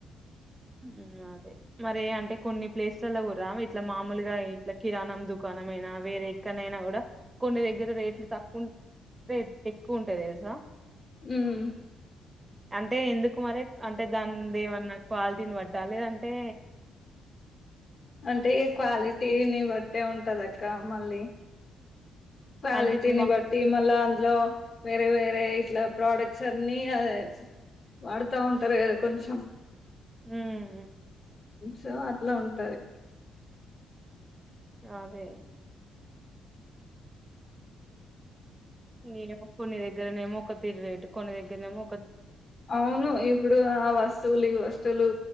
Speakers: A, on the right; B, on the left.
A: ఉమ్ అదే మరే అంటే కొన్ని ప్లేస్లలో కూడా రా ఇట్లా మామూలుగా ఇట్లా కిరాణం దుకాణం అయినా వేరే ఎక్కనైనా కూడా కొన్ని దగ్గర రేట్లు తక్కువ రే ఎక్కువ ఉంటాది తెలుసా
B: ఉమ్
A: అంటే ఎందుకు మరే అంటే దందేమన్న క్వాలిటీని వట్టలేదంటే
B: అంటే ఈ క్వాలిటీని బట్టే ఉంటదక్క మళ్ళీ క్వాలిటీని
A: అంటే ఇప్పుడు మా
B: బట్టి మళ్ళా అందులో వేరే వేరే ఇట్లా ప్రొడక్ట్స్ అన్ని అ వాడుతా ఉంటారు కదా కొంచెం
A: ఉహు
B: సో అట్లా ఉంటది
A: అదే ఏమో కొన్ని దగ్గరనేమో ఒక తీర్ రేటు కొన్ని దగ్గరనేమొ
B: అవును ఇప్పుడు ఆ వస్తువులు ఈ వస్తువులు